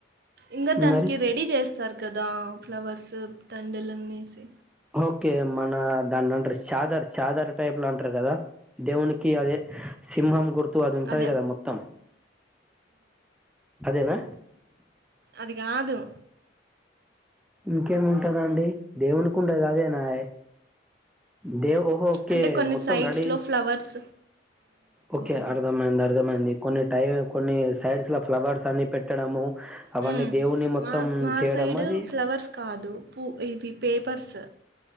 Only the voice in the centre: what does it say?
మరి?
ఓకే మన దాన్నంటరు చాదర్ చాదర్ టైప్ ల అంటరు గదా దేవునికి అదే సింహం గుర్తు అది ఉంటది
గదా మొత్తం అదేనా
ఇంకేముంటదండి దేవునికుండేదదేనాయె దె ఓహో
మొత్తం
రెడీ
ఓకే
అర్ద మైన్ది అర్థమైంది కొన్ని టై కొన్ని సైడ్స్ ల ఫ్లవర్స్ అన్ని పెట్టడము అవన్నీ
దేవున్ని మొత్తం
చేయడం
అది